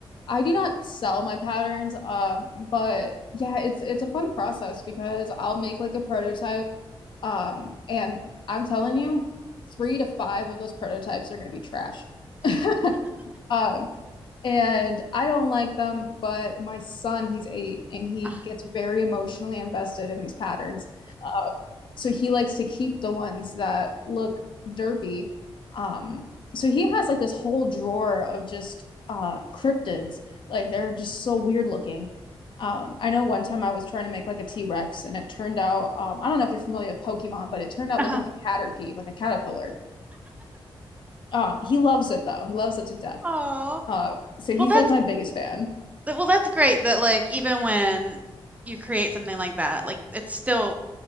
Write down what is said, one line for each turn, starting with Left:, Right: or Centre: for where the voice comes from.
Left: I do not sell my patterns, um, but yeah, it's it's a fun process because I'll make like a prototype, um, and I'm telling you, three to five of those prototypes are going to be trash. <laughs> Um, and I don't like them, but my son, he's eight and he
Right: Uh,
Left: gets very emotionally invested in these patterns. Uh, so he likes to keep the ones that look derpy. Um, so he has like this whole drawer of just uh, cryptids. Like they're just so weird looking. Um, I know one time I was trying to make like a T-Rex and it turned out, um, I don't know if you're familiar with Pokemon, but it turned out
Right: uh-huh.
Left: looking like Caterpie, like a caterpillar. Um, he loves it though. He loves it to death.
Right: Oh.
Left: Uh, so he's
Right: Well, that's
Left: like my biggest fan.
Right: well, that's great that like even when you create something like that, like it's still